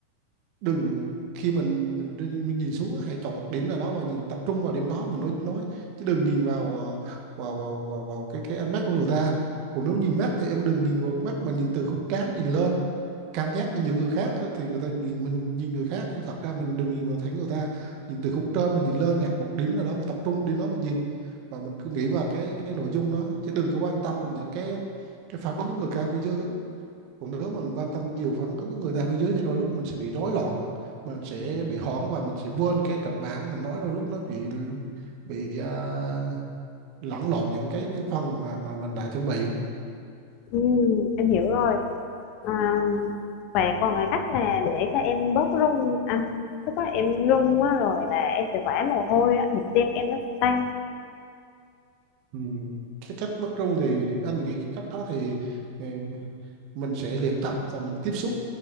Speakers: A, on the right (about 45°); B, on the left (about 40°).
A: đừng khi mình mình mình nhìn xuống hãy chọn một điểm nào đó và nhìn tập trung vào điểm đó mình nói nói chứ đừng nhìn vào ờ, vào vào vào, vào cái cái ánh mắt của người ta còn nếu nhìn mắt thì em đừng nhìn vào mắt mà nhìn từ khúc trán nhìn lên cảm giác như những người khác á, thì người ta nhìn mình nhìn người khác nhưng thật ra mình đừng nhìn vào thẳng người ta nhìn từ khúc trên mình nhìn lên hoặc một điểm nào đó mình tập trung điểm đó mà nhìn và mình cứ nghĩ vào cái cái nội dung đó chứ đừng có quan tâm những cái cái phản ứng của người ta phía dưới còn nếu mình quan tâm nhiều phản ứng của người ta phía dưới thì đôi lúc mình sẽ bị rối loạn mình sẽ bị hoảng và mình sẽ quên cái kịch bản mình nói đôi lúc nó bị bị à, lẫn lộn những cái cái phần mà mà mình đã chuẩn bị
B: Ừm, em hiểu rồi. À, và còn cái cách là để cho em bớt run anh. Lúc đó em run quá rồi là em sẽ vã mồ hôi, á, nhịp tim em nó sẽ tăng.
A: ừ. cái cách bất trung thì anh nghĩ cái cách đó thì, ừ, mình sẽ luyện tập và mình tiếp xúc